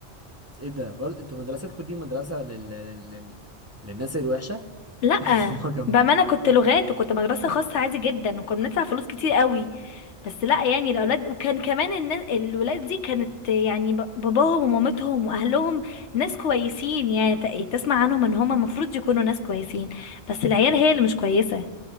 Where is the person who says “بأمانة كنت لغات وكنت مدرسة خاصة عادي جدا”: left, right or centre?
Left